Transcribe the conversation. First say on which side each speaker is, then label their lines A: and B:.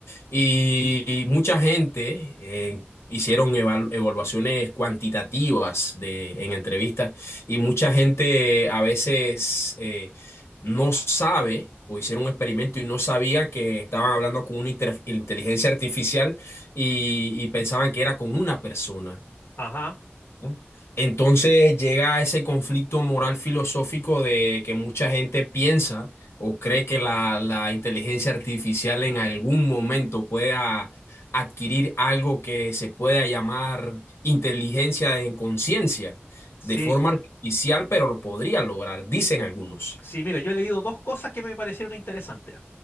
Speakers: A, on the left (about 85°); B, on the left (about 65°).
A: Y, y mucha gente eh, hicieron evalu- evaluaciones cuantitativas de, en entrevistas y mucha gente a veces... eh, no sabe o hicieron un experimento y no sabía que estaban hablando con una inter- inteligencia artificial y, y pensaban que era con una persona.
B: Ajá,
A: ¿no? Entonces llega ese conflicto moral filosófico de que mucha gente piensa o cree que la, la inteligencia artificial en algún momento pueda adquirir algo que se pueda llamar inteligencia en conciencia
B: sí,
A: de forma artificial, pero lo podría lograr, dicen algunos.
B: sí, mira, yo he leído dos cosas que me parecieron interesantes.